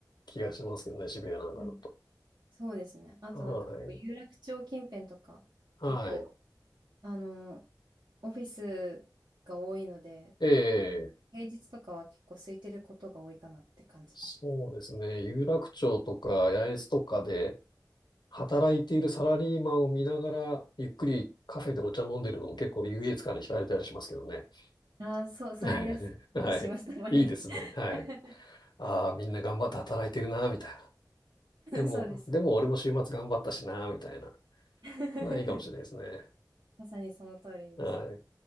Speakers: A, on the left; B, on the right.
A: 気がしますけどね、渋谷なんかだと。
B: うん、そうですね。あとなんかこう、
A: はい。
B: 有楽町近辺とか、
A: はい。
B: 結構、あの、オフィスが多いので、
A: ええ、
B: 平日とかは結構空いてることが多いかなって感じですね。
A: そうですね。有楽町とか八重洲とかで働いているサラリーマンを見ながら、ゆっくりカフェでお茶飲んでるのも結構優越感に浸れたりしますけどね。
B: ああ、そう、
A: <laughs>
B: それです。
A: はい。
B: ことします、
A: はい。
B: たまに。
A: いいですね。はい。
B: <laughs>
A: ああ、みんな頑張って働いてるな、みたいな。でも、
B: そうです。
A: でも俺も週末頑張ったしな、みたいな。
B: <laughs>
A: まあ、いいかもしれないですね。
B: まさにその通りです。
A: はい。